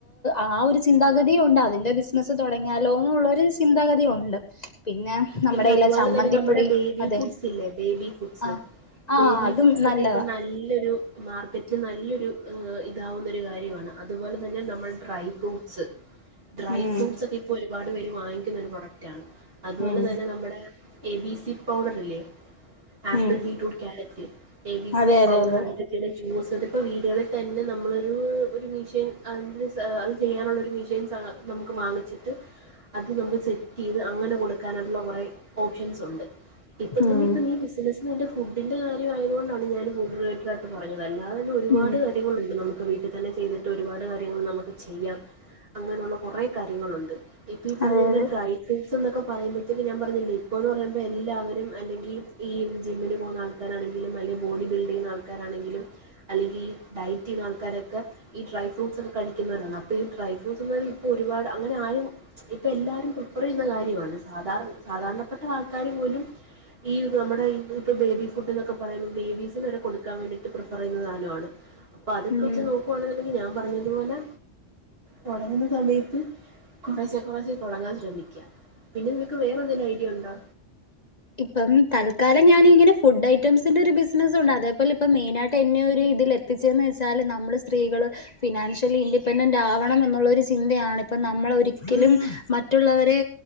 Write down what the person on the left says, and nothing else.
ആ ഒരു ചിന്താഗതിയ ഉണ്ട് അതിന്റെ ബിസിനസ്സ് തുടങ്ങിയാലോന്നുള്ളരു ചിന്താഗതിയ ഉണ്ട് പിന്നെ നമ്മുടെ
കയ്യിലെ
ചമ്മന്തിപ്പൊടി
അതെ
ആഹ് ആഹ്
അതും
നല്ലതാ
ഉം
ഉം
ഉം
അതെ
അതെ
അതെ
ഉം
ഉം
അതെ
അതെ
ഉം
ഇപ്പം തൽക്കാലം ഞാന് ഇങ്ങനെ ഫുഡ് ഐറ്റംസിന്റെ ഒരു ബിസിനസ്സ് ഉണ്ട് അതേപോലെ ഇപ്പ മെയിനായിട്ട് എന്നെ ഒരു ഇതിൽ എത്തിച്ചന്ന് വെച്ചാല് നമ്മള് സ്ത്രീകള് ഫിനാൻഷ്യലി ഇൻഡിപെൻഡന്റ് ആവണം എന്നുള്ള ഒരു ചിന്തയാണ് ഇപ്പം നമ്മള് ഒരിക്കലും മറ്റുള്ളവരെ